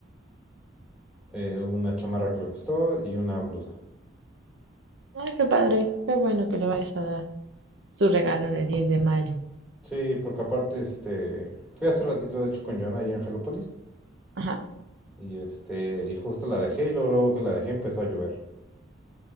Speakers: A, in the centre; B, on the right.
A: eh, una chamarra que le gustó y una blusa.
B: Ay, qué padre. Qué bueno que le vayas a dar su regalo de 10 de mayo.
A: Sí, porque aparte, este, fui hace ratito de hecho con Joana y Angelopolis
B: Ajá.
A: y este, y justo la dejé y luego, luego que la dejé empezó a llover.